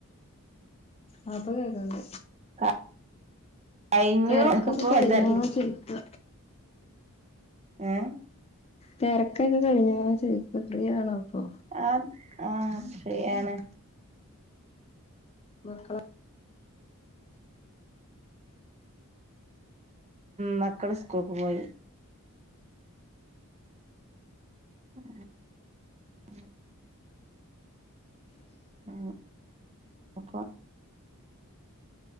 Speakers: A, on the left; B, on the right.
A: ആ പ്പ കേക്കുന്നുണ്ട്
B: <unintelligible> കഴിഞ്ഞു
A: തെരക്കൊക്കെ
B: ഇപ്പൊ
A: കഴിഞ്ഞോ
B: വലുതാക്കി
A: ചോദിക്ക
B: ഏ
A: തെരക്കൊക്കെ കഴിഞ്ഞോചോയ്ക്ക്യ ഫ്രീ ആണോ ഇപ്പൊ
B: ആഹ ആഹ ഫ്രീയാണ്
A: മക്കള്
B: മക്കള് സ്കൂൾക്ക് പോയി ഉം ഉം ഉ അപ്പ